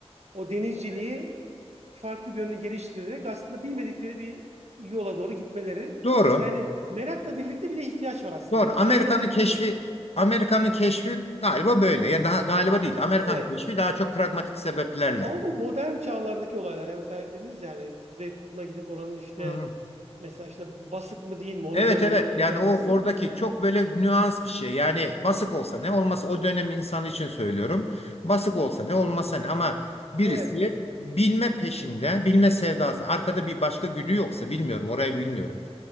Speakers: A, on the right (about 80°); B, on the left (about 70°).
A: o denizciliği farklı bir yönde geliştirerek aslında bilmedikleri bir yola doğru gitmeleri
B: Doğru.
A: yani merakla birlikte bir de ihtiyaç var aslında
B: Doğru.
A: yani ihtiyaç
B: Amerika'nın
A: onu tetiklemiş.
B: keşfi Amerika'nın keşfi galiba böyle. Yani daha galiba değil. Amerika'nın
A: Evet.
B: keşfi daha çok pragmatik sebeplerle.
A: Ama bu modern çağlardaki olaylar yani mesela dediniz yani Kuzey Kutbu'na gidip oranın işte
B: Hı.
A: mesela işte basık mı değil mi onu
B: Evet
A: görmesi
B: evet
A: göstermesi.
B: yani o oradaki çok böyle nüans bir şey yani basık olsa ne olmasa o dönem insanı için söylüyorum basık olsa ne olmasa ne ama birisi
A: Evet.
B: bilme peşinde bilme sevdası arkada bir başka güdü yoksa bilmiyorum orayı bilmiyorum